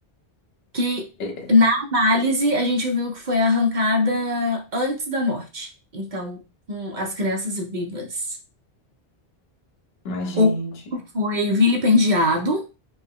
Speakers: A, on the right; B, on the left.
A: que
B: É,
A: na análise a gente viu que foi arrancada antes da morte. Então, com as crianças vivas.
B: Mas gente.
A: O corpo foi vilipendiado